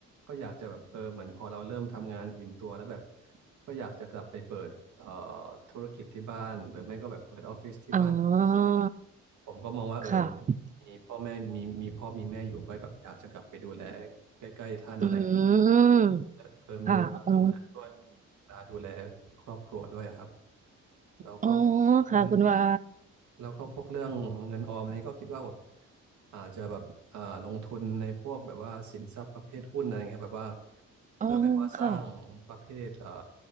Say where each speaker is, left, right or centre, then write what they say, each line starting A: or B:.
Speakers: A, on the right; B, on the right.
A: ก็อยากจะแบบเออเหมือนพอเราเริ่มทำงานอิ่มตัวแล้วแบบก็อยากจะกลับไปเปิดเอ่อธุรกิจที่บ้านหรือไม่ก็แบบเปิดออฟฟิศที่บ้านเพราะว่าแบบ
B: อ๋อ
A: ผมก็มองว่าเออ
B: ค่ะ
A: มีพ่อแม่มีมีพ่อมีแม่อยู่ก็แบบอยากจะกลับไปดูแลใกล้ๆท่านอะไรอย่างเงี้ย
B: อืม
A: เออมีเวลาทำงานด้วย
B: ค่ะอ๋อ
A: เวลาดูแลครอบครัวด้วยอะครับแล้วก็เรื่องเงิน
B: อ๋อค่ะคุณวา
A: แล้วก็พวกเรื่องเงินออมนี้ก็คิดว่าแบบอาจจะแบบอ่าลงทุนในพวกแบบว่าสินทรัพย์ประเภทหุ้นอะไรเงี้ยแบบว่า
B: อ๋อ
A: เพื่อแบบว่าสร้างประเภทอ่า
B: ค่ะ